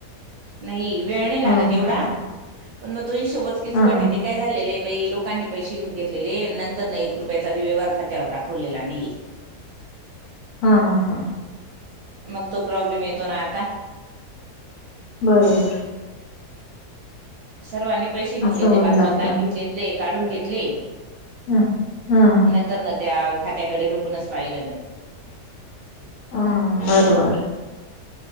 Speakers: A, on the right; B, on the left.
A: नाही वेळ नाही लागत
B: हा
A: एवढा,
B: हा ह
A: पण मग तो हिशोबचं किचकटय.
B: हा हा
A: काय झालेलं आहे बाई लोकांनी पैसे घेऊन घेतलेले नंतर न एक रुपयाचा व्यहार खात्यावर दाखवलेला नाही.
B: हा हा हा.
A: मग तो प्रॉब्लेम येतो ना आता.
B: बरोबर.
A: सर्वांनी पैसे घेऊन
B: असं
A: घेतले
B: होऊन
A: पाच
B: जात
A: पाच लाख घेऊन घेतले काढून घेतले.
B: ह हा हा
A: नंतर न त्या खात्याकडे डूकूनच पाहिलं नाही.
B: हा बरोबर.